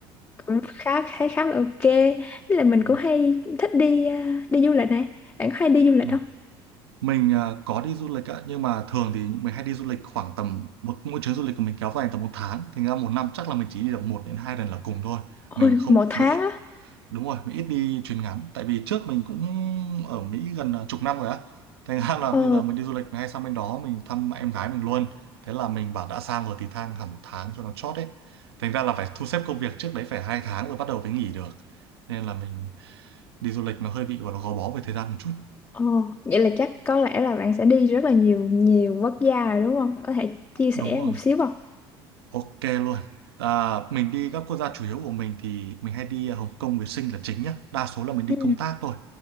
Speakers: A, on the left (about 20°); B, on the right (about 85°).
A: cũng khá khá khá là ok Thế là mình
B: ừ,
A: cũng hay thích đi à, đi du lịch này bạn có hay đi du lịch
B: ừ.
A: không
B: Mình à, có đi du lịch ạ, nhưng mà thường thì mình hay đi du lịch khoảng tầm một mỗi chuyến du lịch của mình kéo dài tầm một tháng, thành ra một năm chắc là mình chỉ đi được một đến hai lần là cùng thôi.
A: ôi
B: Mình không
A: một
B: đi
A: tháng
B: Mỹ
A: á
B: đúng rồi mình ít đi chuyến ngắn tại vì trước mình cũng ở Mỹ gần à, chục năm rồi á thành ra là
A: ồ
B: bây giờ mình đi du lịch mình hay sang bên đó mình thăm em gái mình luôn thế là mình bảo đã sang rồi thì thang hẳn một tháng cho nó chót đấy thành ra là phải thu xếp công việc trước đấy phải hai tháng rồi bắt đầu mới nghỉ được nên là mình đi du lịch nó hơi bị gọi là gò bó về thời gian một chút
A: ồ vậy là chắc có lẽ là bạn sẽ đi rất là nhiều nhiều quốc gia rồi đúng không có thể chia sẻ
B: đúng rồi
A: một xíu không
B: Ok luôn. À, mình đi các quốc gia chủ yếu của mình thì mình hay đi à, Hồng Kông với Sinh là chính nhá. Đa số là mình đi
A: ừ
B: công tác thôi.